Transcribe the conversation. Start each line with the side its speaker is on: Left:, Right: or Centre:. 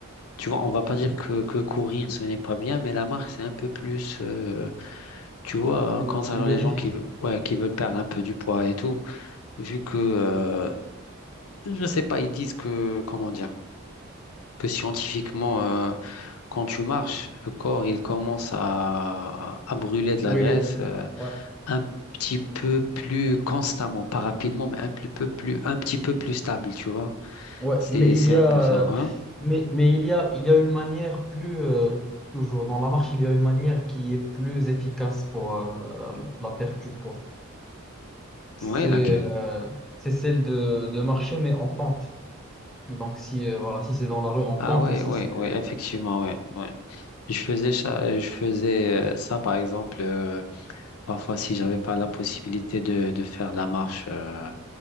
Left: tu vois, on va pas dire que, que courir, ce n'est pas bien, mais la marche, c'est un peu plus, euh, tu vois,
Centre: Le
Left: euh, concernant
Centre: plus bénéfique.
Left: les gens qui, ve- ouais, qui veulent perdre un peu du poids et tout vu que euh, Je sais pas, ils disent que, comment dire, que scientifiquement, euh, quand tu marches, le corps, il commence à, à brûler de
Centre: Pour
Left: la graisse
Centre: les deux.
Left: euh,
Centre: Ouais.
Left: un petit peu plus constamment, pas rapidement, mais un petit peu plus, un petit peu plus stable, tu vois.
Centre: Ouais.
Left: C'est,
Centre: Mais il
Left: c'est
Centre: y
Left: un
Centre: a,
Left: peu ça.
Centre: euh,
Left: Hein?
Centre: mais, mais il y a, il y a une manière plus euh, toujours dans la marche, il y a une manière qui est plus efficace pour euh, la perte du poids. c'est
Left: Ouais, laquelle?
Centre: euh, c'est celle de, de marcher, mais en pente. Donc, si, euh, voilà, si c'est dans la rue, en
Left: Ah
Centre: pente,
Left: ouais,
Centre: et si
Left: ouais,
Centre: c'est...
Left: ouais, effectivement, ouais, ouais. Je faisais ça, je faisais euh, ça, par exemple. euh, Parfois, si j'avais pas la possibilité de, de faire de la marche euh,